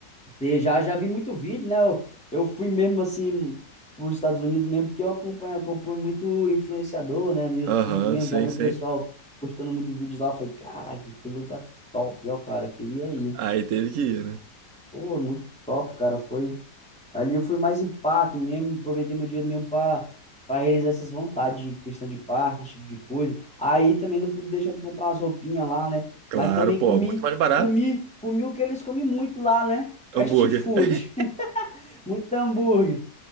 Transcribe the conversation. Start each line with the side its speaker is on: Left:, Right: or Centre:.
Centre: Você já, já vi muito vídeo, né? Eu, eu fui mesmo assim para os Estados Unidos mesmo, porque eu acompanho, acompanho muito influenciador, né? No YouTube
Right: Aham,
Centre: mesmo,
Right: sim,
Centre: já vi
Right: sim.
Centre: o pessoal postando muito vídeo lá. Eu falei, caraca, que lugar top, ó, cara, queria ir.
Right: Aí teve que ir, né?
Centre: Pô, muito top, cara. Foi ali eu fui mais em parque mesmo, aproveitei meu dinheiro mesmo para para realizar essas vontades em questão de parque, esse tipo de coisa. Aí também não pude deixar de comprar as roupinhas lá, né?
Right: Claro,
Centre: Mas também
Right: pô,
Centre: comi,
Right: muito mais barato.
Centre: comi, comi o que eles comem muito lá, né? Fast
Right: Hambúrguer.
Centre: food,
Right: <laughs>
Centre: <laughs> muito hambúrguer